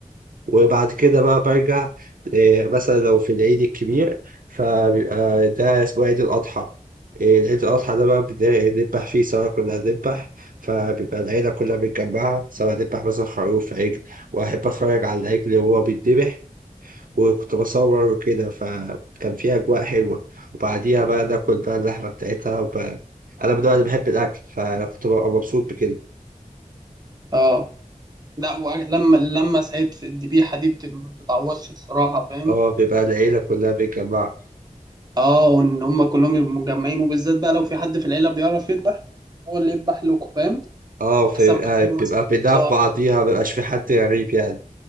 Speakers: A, on the right; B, on the right.
A: وبعد كده بقى برجع آه، مثلا لو في العيد الكبير فبيبقى ده اسمه عيد الأضحى آه، عيد الأضحى ده بقى بنذبح فيه سواء كنا هنذبح فبيبقى العيلة كلها متجمعة سواء نذبح مثلا خروف عجل وأحب أتفرج على العجل وهو بيتذبح وكنت بصور وكده فكان فيه أجواء حلوة وبعديها بقى ناكل بقى اللحمة بتاعتها وب... أنا من النوع اللي بحب الأكل فكنت ببقى مبسوط بكده
B: اه لا ولما لما سعيد في الذبيحه دي بت- ما بتتعوضش الصراحه فاهم
A: اه بيبقى العيلة كلها متجمعة
B: اه وان هم كلهم يبقوا مجمعين وبالذات بقى لو في حد في العيله بيعرف يذبح هو اللي يذبح لكم فاهم
A: اه فبيبقى
B: احسن ما تجيبوا
A: بيبقى
B: مثلا
A: بيدافع
B: زار
A: بعضيها مبيبقاش في حد غريب يعني